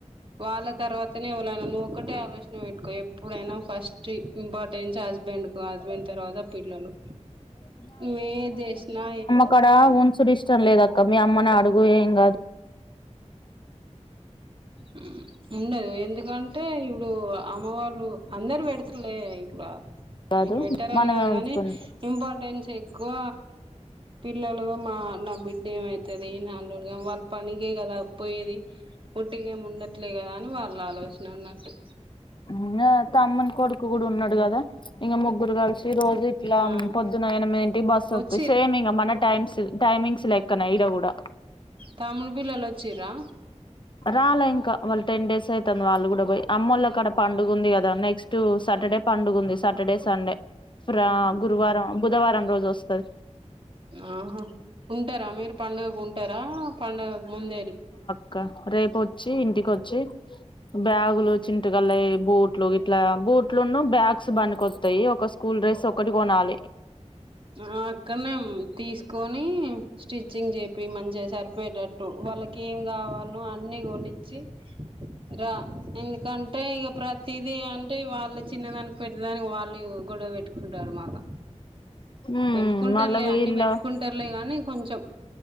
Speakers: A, on the right; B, on the left.
A: వాళ్ళ తర్వాతనే ఎవ్వలైనా నువ్వు ఒకటే ఆలోచన పెట్టుకో ఎప్పుడైనా ఫస్ట్ ఇంపార్టెన్స్ హస్ హస్బెండ్ కు హస్బెండ్ తర్వాత పిల్లలు నువ్వేది చేసినా
B: అక్కడ ఉంచూడు ఇష్టం లేదక్క మీ అమ్మనే అడుగు ఏం కాదు
A: ఉ ఉండదు ఎందుకంటే ఇప్పుడు అమ్మ వాళ్ళు అందరు పెడతలే ఇప్పుడు
B: కాదు
A: వీళ్ళు పెట్టరని
B: మనమే
A: కాదు
B: ఉంచుకుందాం
A: గాని ఇంపార్టెన్స్ ఎక్కువ పిల్లలు మా నా బిడ్డ ఏమైతది నా వాళ్ళు పనికే కదా పోయేది వట్టిగెం ఉండట్లే కదా అని వాళ్ళు ఆలోచన అన్నట్టు
B: ఇంకా తమ్ముని కొడుకు కూడా ఉన్నాడు కదా ఇంకా ముగ్గురు కలిసి రోజు ఇట్లా
A: ఆ
B: పొద్దున ఎనిమిదింటికి బస్సు
A: వచ్చిర్రు
B: వత్తయి సేమ్ ఇంగ మన టైమ్స్ టైమింగ్స్ లెక్కన ఇడ కూడా
A: తమ్ముని పిల్లలోచ్చీరా
B: రాలా ఇంకా వాళ్ళు టెన్ డేస్ అయితాంది వాళ్ళు కూడా పోయి అమ్మోల్ల కాడ పండుగ ఉంది కదా నెక్స్ట్ టు సాటర్డే పండుగ ఉంది సాటర్డే సండే ఫ్ర గురువారం బుధవారం రోజు వస్తది
A: ఆహా ఉంటారా మీరు పండుగకు ఉంటారా పండుగకు ముందే
B: ఇంక రేపొచ్చి ఇంటికొచ్చి బ్యాగులు చింటుగల్లయి బూట్లు ఇట్లా బూట్లున్న బ్యాగ్స్ బండికొస్తాయి ఒక స్కూల్ డ్రస్ ఒక్కటి కొనాలి
A: ఆ అక్కనే తీసుకొని స్టిచ్చింగ్ చెపి మంచిగా సరిపోయేటట్టు వాళ్ళకి ఏం కావాలో అన్ని కొనిచ్చి రా ఇంక అంటే ఇగ ప్రతిదీ అంటే వాళ్ళు చిన్నదానికి పెద్ద దానికి వాళ్ళు గొడవ పెట్టుకుంటారు మాళ్ళ
B: ఉమ్
A: పెట్టుకుంటారులే
B: మళ్ళ వీళ్ళ
A: అన్ని పెట్టుకుం రలే గాని కొంచెం